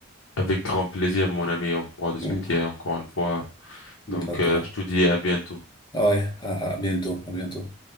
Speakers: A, on the left; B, on the left.
A: Avec grand plaisir, mon ami, on pourra discuter
B: Mm.
A: encore une fois.
B: D'accord.
A: Donc, euh, je te dis à bientôt.
B: Ah ouais, à à bientôt, à bientôt.